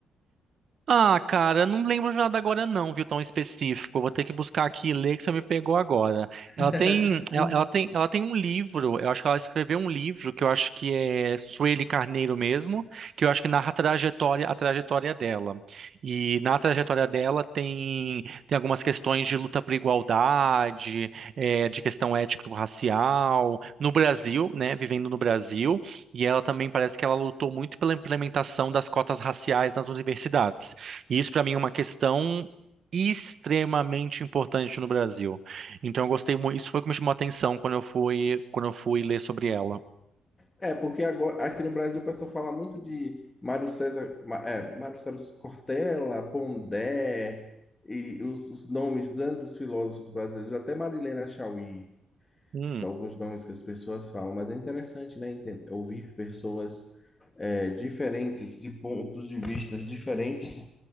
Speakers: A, on the right; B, on the left.
A: Ah, cara, eu não lembro de nada agora não, viu, tão específico. Eu Vou ter que buscar aqui e ler que você me pegou agora.
B: <laughs>
A: Ela tem, ela,
B: Por-
A: ela tem, ela tem um livro, eu acho que ela escreveu um livro que eu acho que é Sueli Carneiro mesmo, que eu acho que narra a trajetória, a trajetória dela. E na trajetória dela tem, tem algumas questões de luta por igualdade, eh, de questão étnico-racial, no Brasil, né, vivendo no Brasil, e ela também parece que ela lutou muito pela implementação das cotas raciais nas universidades. E isso para mim é uma questão extremamente importante no Brasil. Então eu gostei muito, isso foi o que me chamou a atenção quando eu fui, quando eu fui ler sobre ela.
B: É, porque agora aqui no Brasil o pessoal fala muito de Mário César, Ma- é, Mário César Cortella, Pondé e os, os nomes tanto dos filósofos brasileiros, até Marilena Chauí,
A: Hum,
B: são alguns nomes que as pessoas falam, mas é interessante, né, enten- ouvir pessoas é, diferentes, de pontos de vistas diferentes